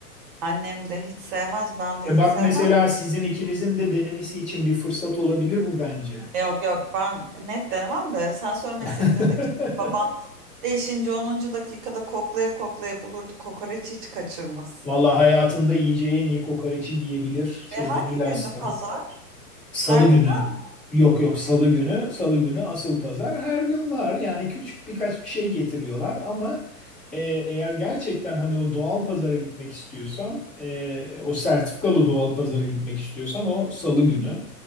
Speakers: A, on the right; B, on the left.
A: Annem de hiç sevmez, ben
B: E
A: de hiç
B: bak
A: sevmem.
B: mesela sizin ikinizin de denemesi için bir fırsat olabilir bu bence.
A: Yok yok ben net denemem de sen söylemeseydin
B: <laughs>
A: de ki babam beşinci onuncu dakikada koklaya koklaya bulurdu. Kokoreçi hiç kaçırmaz.
B: Vallahi hayatında yiyeceği en iyi kokoreçi yiyebilir şeyde
A: E hangi
B: Milas'ta.
A: gündü pazar?
B: Salı
A: Her gün
B: günü.
A: var mı?
B: Yok yok salı günü. Salı günü asıl pazar. Her gün var. Yani küçük birkaç bir şey getiriyorlar ama e, eğer gerçekten hani o doğal pazara gitmek istiyorsan e, o sertifikalı doğal pazara gitmek istiyorsan o salı günü.